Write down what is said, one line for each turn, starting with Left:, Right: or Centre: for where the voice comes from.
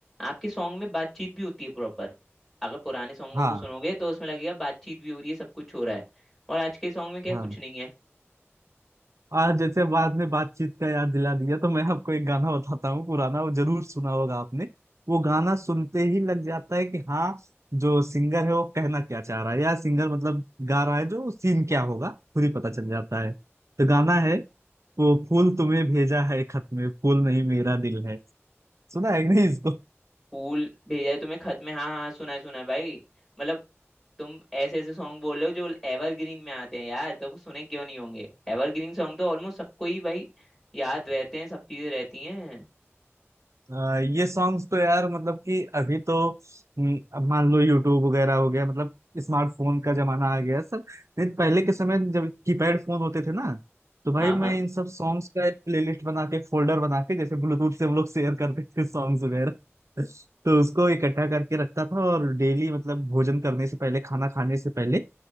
Centre: आपके सॉन्ग में बातचीत भी होती है प्रॉपर अगर पुराने सॉन्गों
Right: हाँ
Centre: को सुनोगे तो उसमें लगेगा बातचीत भी हो रही है सब कुछ हो रहा है और आज के सॉन्ग में क्या
Right: हाँ
Centre: कुछ नहीं है
Right: आज जैसे बाद में बातचीत का याद दिला दिया तो मैं आपको एक गाना बताता हूँ पुराना वो जरूर सुना होगा आपने वो गाना सुनते ही लग जाता है कि हाँ जो सिंगर है वो कहना क्या चाह रहा है या सिंगर मतलब गा रहा है जो सीन क्या होगा खुद ही पता चल जाता है तो गाना है वो फूल तुम्हें भेजा है खत में फूल नहीं मेरा दिल है सुना है कि नहीं इसको
Centre: फूल भेजा है तुम्हें खत में हाँ हाँ सुना है सुना है भाई मतलब तुम ऐसे ऐसे सॉन्ग बोल रहे हो जो एवरग्रीन में आते हैं यार तो वो सुने क्यों नहीं होंगे एवरग्रीन सॉन्ग तो ऑलमोस्ट सबको ही भाई याद रहते हैं सब चीजें रहती हैं
Right: अ, ये सॉन्ग्स तो यार मतलब कि अभी तो हम्म, अब मान लो यूट्यूब वगैरह हो गया मतलब स्मार्टफोन का जमाना आ गया सब नहीं पहले के समय जब कीपैड फोन होते थे ना तो भाई
Centre: हाँ हाँ
Right: मैं इन सब सॉन्ग्स का एक प्लेलिस्ट बना के फोल्डर बना के जैसे ब्लूटूथ से हम लोग शेयर करते थे सॉन्ग्स वगैरह तो उसको इकट्ठा करके रखता था और डेली मतलब भोजन करने से पहले खाना खाने से पहले